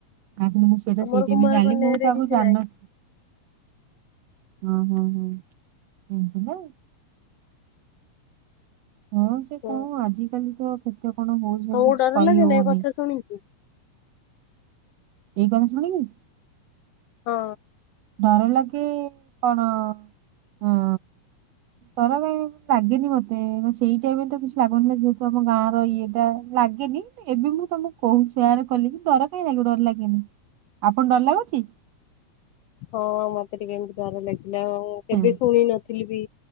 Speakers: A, on the right; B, on the left.
A: କ ମୁଁ ସେଟ
B: ଆମର
A: ରେ ବି
B: କୁମାର
A: ଜାଣିଲି
B: କନ୍ୟାରେ
A: ମୁଁ ତ ଆଗକୁ
B: କିଛି
A: ଜାଣିନ
B: ନାହିଁ।
A: ଓଁ ହୋଁ ହୁଁ ଏମତି ନା? ହଁ ସେ
B: ହୁଁ
A: କଣ ଆଜିକାଲି ତ କେତେ କଣ ହଉଚି
B: ତମକୁ
A: ବୋଲି
B: ଡର
A: କହିହଉନି।
B: ଲାଗେନି ଏ କଥା ଶୁଣିକି।
A: ଏଇ ଗଣେଶ ମଣି କି?
B: ହଁ
A: ଡର ଲାଗେ କଣ ଅ। ତର କ ଲାଗେନି ମତେ ସେଇ ଟାଇମରେ ତ କିଛି ଲାଗନ୍ତିନି। ନା ଯେହେତୁ ଆମ ଗାଁ ର ଇଏଟା। ଲାଗେନି ଏବେ ମୁଁ ତମକୁ କହୁ ସେୟାର କଲି କି ଡର କାହିଁ ଲାଗିବ ଡର ଲାଗେନି। ଆପଣ ଡର ଲାଗୁଚି।
B: ହଁ ମତେ ଟିକେ ଏମିତି ଡର ଲାଗିଲା ଆଉ
A: ହଁ।
B: କେବେ ଶୁଣି ନଥି- - ଥିଲି ବି